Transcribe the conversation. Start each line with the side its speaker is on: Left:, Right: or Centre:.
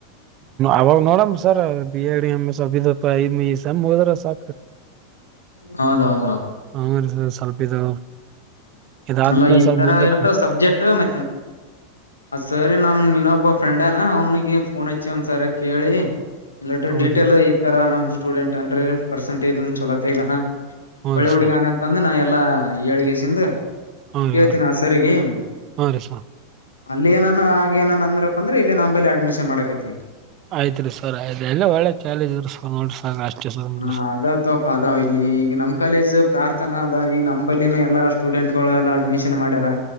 Right: ಅವಾಗ ನೋಡಮ sir B Ed M S M ಹೋದ್ರ ಸಾ
Left: ಹೌದೌದುೌ
Right: ಹ್ಮ ರೀ ಸರ್ ಸ್ವಲ್ಪ ಇದು ಇದಾದ್ಮೇಲೆ
Left: ಅಲ್ಲ ಈ
Right: ಸ್ವಲ್ಪ
Left: ತರ
Right: ಮುಂದಕ್
Left: ಇರ್ತ ಸಬ್ಜೆಕ್ಟ್ ಮ ಸರಿ ನ ಇನ್ನೊಬ್ಬ ಫ್ರೆಂಡ್ನಾ ಅವ್ನಿಗೆ ಫೋನ್ ಹಚ್ಚಿ ಒಂದ್ಸರಿ ಕೇಳಿ ಇಲ್ಲಟ್ಟ
Right: ಹೌದ್ರಿ
Left: ಡಿೀಟೇಲ್ ಈ ತರ ನಮ್ ಸ್ಟೂಡೆಂಟ್ ಅಂದ್ರೆ ಪರ್ಸೆಟೇಜ್ ಚಲೋ ತೆಗ್ದಾನ
Right: ಹ್ಞೂ
Left: ಒಳ್ಳೆ
Right: ರೀ
Left: ಹುಡುಗಾನ
Right: ಸರ್
Left: ಅಂತಂದ್ರ ನಾ ಯಾವ ಎಲ್ಲ ಏಳ್ಗೆಸಂದು
Right: ಹ್ಞೂ
Left: ಕೇಳ್ತೀನ
Right: ರೀ ಹ್ಞೂ ರೀ
Left: ಸರಿ ಗೀಮ
Right: ಹ್ಞೂ ರೀ ಸರ್
Left: ಅಲ್ಲಿ ಏನಾನ ಆಗ ಏನ ಅಂದ್ರಪ್ಪ ಅಂದ್ರೆ ಇಲ್ಲಿ ನಂಬಳಿ ಅಡ್ಮಿಷನ್ ಮಾಡಕೈತಿತಿ
Right: ಆಯ್ತ್ ರೀ ಸರ್ ಆಯ್ತ್ ಎಲ್ಲ ಒಳ್ಳೆ ಕಾಲೇಜ್ ಇದ್ರಿ ಸರ್ ನೋಡ್ರಿ ಸರ್ ಅಷ್ಟೇ ಸರ್ ಹ್ಞೂ
Left: ಹಾ ಅದಾವತ್ಪ್ಪ ಅದಾವ್ ಇಲ್ಲಿ ಈಗ ನಮ್ ಕಾಲೇಜ್ ಯಾರ್ತನ ಅದ ಈ ನಂಬಲ್ಲಿನ ಎಲ್ಲಾ ಸ್ಟೂಡೆಂಟ್ ಗಳು ಎಲ್ಲಾ ಅಡ್ಮಿಷನ್ ಮಾಡ್ಯಾರ